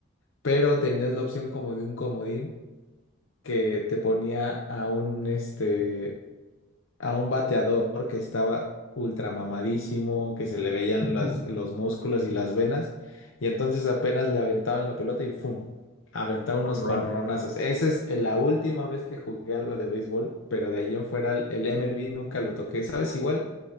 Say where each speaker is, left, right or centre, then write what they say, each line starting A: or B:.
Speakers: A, on the left (about 80°); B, on the left (about 60°).
A: Pero tenías la opción como de un comodín que te ponía a un, este, a un bateador que estaba ultra mamadísimo, que se le veían
B: <laughs>
A: las-
B: home
A: los músculos y las venas, y entonces apenas le aventaban la pelota y ¡fum! Aventaba unos
B: run.
A: jonronazos. No. Esa es la última vez que jugué algo de béisbol, pero de ahí en fuera el el MLB nunca lo toqué, ¿sabes? Igual,